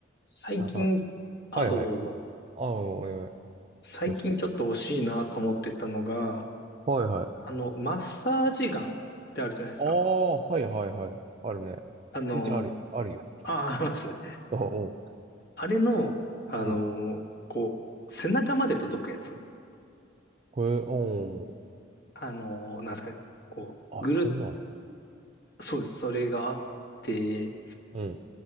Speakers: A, on the left; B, on the right.
A: 最近、
B: なんか、
A: あ、
B: はいはい。
A: どうぞどうぞ。
B: あ、お願い。
A: 最近ちょっと欲しいなと思ってたのが、
B: どうしたはいはい。
A: あの、マッサージガンってあるじゃないですか。
B: ああ、はいはいはい。あるね。
A: あの、
B: うちある、あるよ。
A: あ、あります。
B: あ、うん。
A: あれの、あの、
B: うん。
A: こう、背中まで届くやつ。
B: これ、うん。
A: あの、なんですかね。こう、
B: あ、
A: ぐる
B: そんなんある。
A: っ、そうです。それがあって、
B: うん。